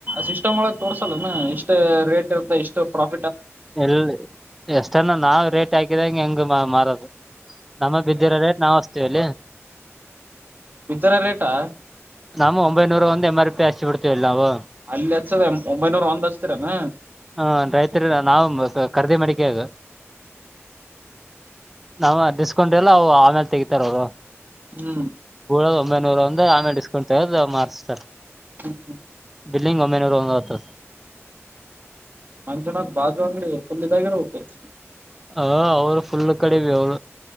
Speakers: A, on the right; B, in the centre.
A: ಸಿಸ್ಟಮ್ ಒಳಗ್ ತೋರ್ಸಲ್ಲ ಇಷ್ಟ್ ರೇಟ್ ಇರುತ್ತ ಇಷ್ಟು ಪ್ರಾಫಿ
B: ಎಲ್ಲಿ ಎಷ್ಟನ ನಾವ್ ರೇಟ್ ಹಾಕಿದಂಗ ಹೆಂಗ ಮಾರದು ನಮ್ಮ ಬಿದ್ದಿರ ರೇಟ್ ನಾವವುಸ್ತೀವಿ ಅಲ್ಲಿ
A: ಇತರ ರೇಟಾ
B: ನಾವು ಒಂಬೈನೂರ ಒಂದ ಎಂ ಆರ್ ಪಿ ಅಚ್ಚಿ ಬಿಡ್ತೀವಿಲ್ ನಾವು
A: ಅಲ್ಲಿ ಹಚ್ಚದ ಒಂಬೈನೂರ ಒಂದ್ ಹಚ್ತಿರನ
B: ಹ ರೈತರಿ ನಾವು ಕರ್ದೆ ಮಾಡಡಿಕೆ ಆಗ ನಾವ ಡಿಸ್ಕೌಂಟ್ ಎಲ್ಲ ಆಮೇಲೆ ತೆಗತಾರ ಅವರು
A: ಹ್ಮ್
B: ಕೂಳದ ಒಂಬೈನೂರ ಒಂದ ಆಮೇಲೆ ಡಿಸ್ಕೌಂಟ್ ತಗದು ಮಾರ್ಸ್ತಾರೆ
A: ಹ್ಮ
B: ಬಿಲ್ಲಿಂಗ ಒಂಬೈನೂರು ಒಂದುವತ್ತು
A: ಮಂಜುನಾಥ್ ಬಾಜು ಅಂಗಡಿ ಫುಲ್ ಇದಾಗಿರಬೇಕು
B: ಹ ಅವ್ರು ಫುಲ್ ಕಡೆವಿ ಅವಳ